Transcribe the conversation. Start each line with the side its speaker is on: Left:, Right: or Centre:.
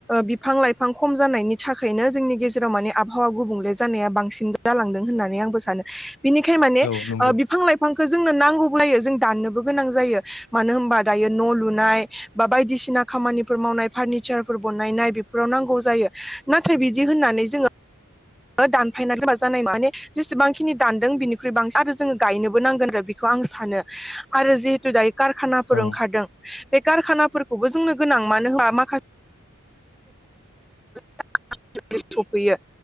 Centre: बिफां लाइफां खम जानायनि थाखायनो जोंनि गेजेराव माने आब हावा गुबुंले जानाया बांसिन जालांदों होननानै आंबो सानो बिनिखायनो माने
Left: औ नंगौ
Centre: बिफां लाइफां बिफांखौ जोंनो नांगौबो जायो जों दाननोबो गोनां जायो मानो होनबा दायो न' लुनाय बा बायदिसिना खामानिफोर मावनाय फार्निचारफोर बानायनाय बेफोराव नांगौ जायो नाथाय बिदि होननानै जोङो दानफायनानै दोनबा जानाय माने जेसेबांखिनि दानदों बिनिख्रुइ बांसिन आरो जोङो गायनोबो नांगोन आरो बेखौ आं सानो। आरो जिहेतु दायो कारखानाफोर
Left: औ
Centre: ओंखारदों बे कारखानाफोरखौबो जोंनो गोनां मानो होनबा माखा <unintelligible> सफैयो